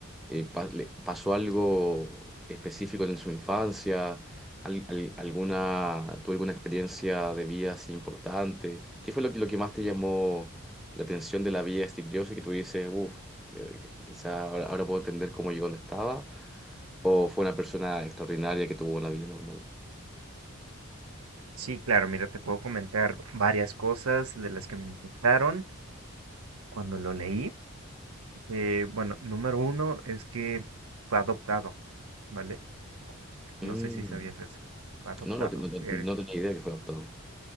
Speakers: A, in the centre; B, on the right.
A: eh, pa- le- pasó algo específico en su infancia, Al- al- alguna, tuvo alguna experiencia de vida así importante. ¿Qué fue lo que, lo que más te llamó la atención de la vida de Steve Jobs y que tú dices, uff, quizá ahora, ahora puedo entender cómo llegó donde estaba? ¿O fue una persona extraordinaria que tuvo una vida normal?
B: Sí, claro, mira, te puedo comentar varias cosas de las que me impactaron cuando lo leí. Eh, bueno, número uno es que fue adoptado, ¿vale? No
A: Mm,
B: sé si sabías eso. Fue adoptado.
A: No, no, te- no, no-
B: eh,
A: no tenía idea que fue adoptado.